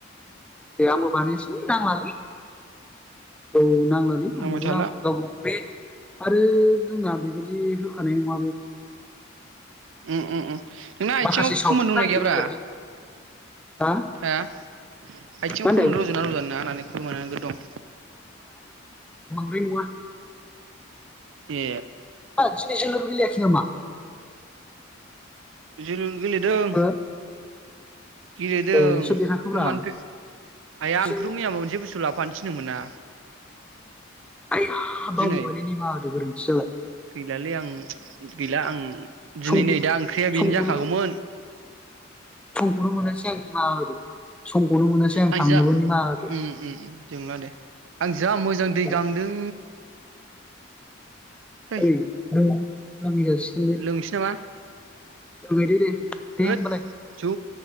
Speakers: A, in the centre; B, on the right.
A: दे आंबो बानायनोसै नांलालै औ नांलालै आंनोबो
B: नांबाय थाला
A: आं गाव बे आरो जोंना बेबायदि होखानाय नङा
B: उम उम उम। नोंना आथिङाव
A: माखासे सावथुन
B: खोमोन दंना
A: नायनो
B: गैयाब्रा
A: नागिरनो हा
B: हो आथिङाव
A: मा होनदों
B: खोमोन रज'यो ना रजआ नोंना आंना खोमोनानो नोगोर दं।
A: है नङा
B: ए
A: ओइ दिनै जोलुर गेलेआखै नामा
B: जों गेलेदों।
A: हो
B: गेलेदों
A: ए सोर देरहाखोब्रा
B: नों मानो फैया आइया
A: फिन
B: नोंखौथ' मैया मोनसे बुस्थु लाबो फानो थिनदोंमोन ना
A: आइया बावबोबायलै
B: दिनै
A: निमाहा होदो गोरोन्थि जाबाय
B: गैलालै आं गैला आं दिनै
A: समखौ
B: नै दा ओंख्रिया बेनो
A: समखौनो
B: जाखागौमोन।
A: समखौनो मोनासै आं निमाहा होदो समखौनो मोनासै आं
B: आ
A: थांनोबो
B: जा उम
A: निमाहा होदो
B: उम जेबो नङा दे <unintelligible> जा मोजां दै
A: औ
B: गांदों है
A: ओइ औ <unintelligible>
B: लोंसै नामा
A: फैबाय था दे दे
B: होद
A: होमबालाय
B: जौ